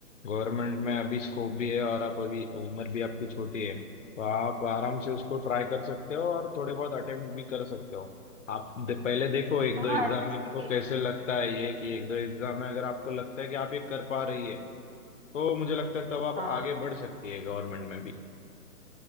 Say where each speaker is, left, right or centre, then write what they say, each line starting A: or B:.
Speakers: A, on the left; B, on the right.
A: गवर्नमेंट में अभी स्कोप भी है और आप अभी उम्र भी आपकी छोटी है तो आप आराम से उसको ट्राई कर सकते हो और थोड़े बहुत अटेम्प्ट भी कर सकते हो आप दे, पहले देखो एक
B: हाँ
A: दो एग्जाम
B: एसएससी
A: में आपको
B: की
A: कैसे लगता है ये कि एक दो एग्जाम में अगर आपको लगता है कि आप ये कर पा रही है तो मुझे लगता है तब आप
B: हाँ
A: आगे बढ़ सकती है गवर्नमेंट में भी